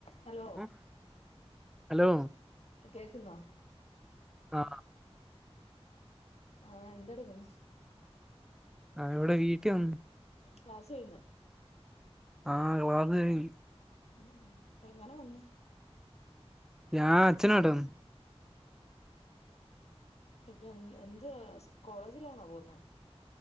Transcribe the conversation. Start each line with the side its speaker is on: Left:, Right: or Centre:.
Left: Hello
Centre: ഉം, hello
Left: കേക്കുന്നോ
Centre: ആ
Left: ആ എന്തെടുക്കും
Centre: ആ ഇവിടെ വീട്ടിൽ വന്ന്
Left: ക്ലാസ്സ്‌ കഴിഞ്ഞോ
Centre: ആ ക്ലാസ്സ്‌ കയിഞ്ഞ്
Left: ആ എങ്ങനെ വന്നു
Centre: ഞാൻ അച്ഛനാട കൂടെ
Left: ഇപ്പൊ എ എന്ത് ക്ല കോളേജിലാണോ പോകുന്നത്